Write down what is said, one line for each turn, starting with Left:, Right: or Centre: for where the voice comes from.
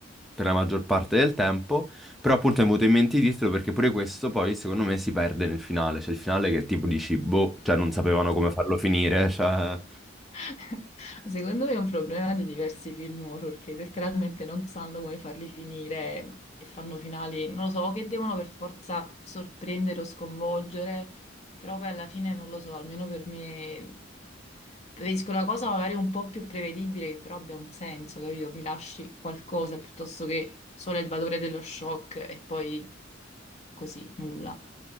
Centre: per la maggior parte del tempo. Però appunto mi è venuto in mente di dirtelo perché pure questo poi secondo me si perde nel finale. Cioè il finale che tipo dici, boh, cioè non sapevano come farlo finire. Cioè...
Left: <laughs> Secondo me è un problema di diversi film horror che letteralmente non sanno come farli finire e fanno finali, non lo so, che devono per forza sorprendere o sconvolgere, però poi alla fine non lo so, almeno per me Preferisco la cosa magari un po' più prevedibile che però abbia un senso, capito? Mi lasci qualcosa piuttosto che solo il valore dello shock e poi così, nulla.